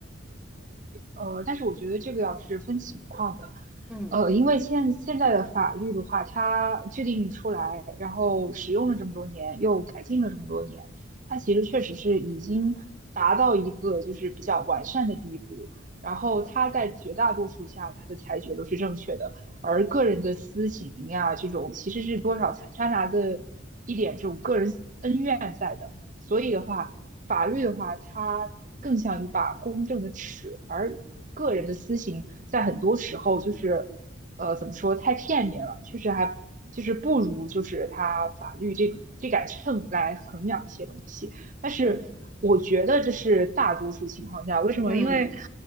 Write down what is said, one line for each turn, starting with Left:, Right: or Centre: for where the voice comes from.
Right: 呃，但是我觉得这个要是分情况的，
Centre: 嗯
Right: 呃，因为现现在的法律的话，它制定出来，然后使用了这么多年，又改进了这么多年，它其实确实是已经达到一个就是比较完善的地步。然后它在绝大多数下，它的裁决都是正确的，而个人的私情呀，这种其实是多少掺掺杂着一点这种个人恩怨在的。所以的话，法律的话，它更像一把公正的尺，而个人的私刑在很多时候就是，呃，怎么说，太片面了，确实还就是不如就是它法律这个这杆秤来衡量一些东西。但是我觉得这是大多数情况下，
Centre: 对，
Right: 为什么？
Centre: 嗯。
Right: 因为